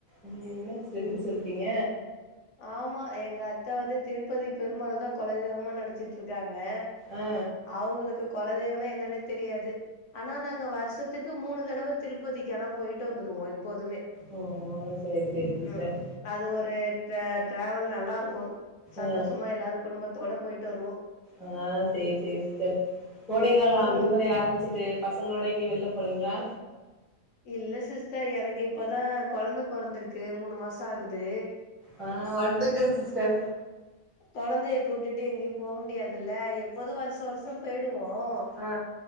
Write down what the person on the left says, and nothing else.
ஆமா எங்க அத்த வந்து திருப்பதி பெருமாள்தா கொலதெய்வமா நெனச்சிட்ருக்காங் க
அவங்களுக்கு கொலதெய்வனா என்னன்னே தெரியாது ஆனா நாங்க வருஷத்துக் கு மூணு தடவ திருப்பதிக்கி ஆனா போயிட்டு வந்துருவோ எ ப்போதுமே
ம் அது ஒரு ந்த டிராவல் நல்லாரு க்கு சந்தோஷமா
எல்லாரு குடும்பத் தோட போயிட்டு வருவோ
ம்
இல்ல சிஸ்டர் எனக்கு இப்பதான் கொழந்த பொறந்துருக்கு மூணு மாசோ ஆகுது
கொழந்தைய கூட்டிடு எங்கியு போ முடியாதுல்ல எப்போதும் வருச வருசோ போயி டுவோம்